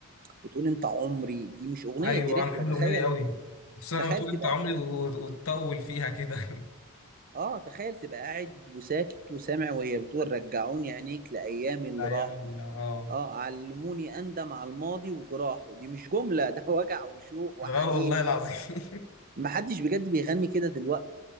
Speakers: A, on the right; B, on the left.
A: بتقول انت عمري دي مش اغنيه
B: ايوه
A: دي رحله
B: انا بحب
A: تخيل
B: الاغنيه دي قوي بس انا
A: تخيل
B: بتقول
A: تبقى
B: انت عمري و- وتطول فيها كده <laughs>
A: اه تخيل تبقى قاعد وساكت وسامع وهي بتقول رجعوني عينيك لايام اللي
B: ايام
A: راحوا
B: ال- اه
A: اه علموني اندم على الماضي وجراحه دي مش جمله ده وجع وشوق وحنين
B: اه والله العظيم <laughs>
A: محدش بجد بيغني كده دلوقتي